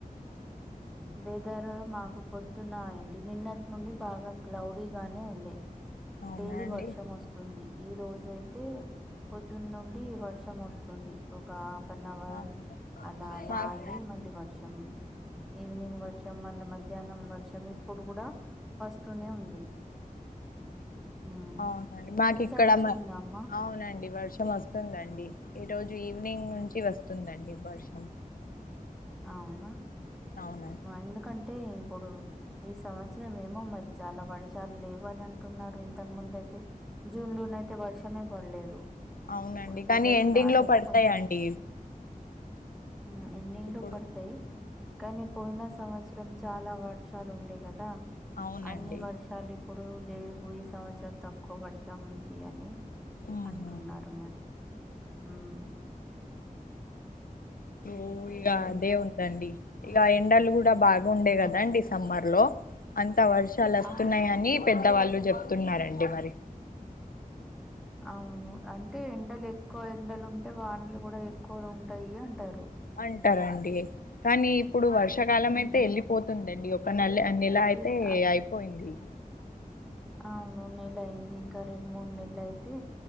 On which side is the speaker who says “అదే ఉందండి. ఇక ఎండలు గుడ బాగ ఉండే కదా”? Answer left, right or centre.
Left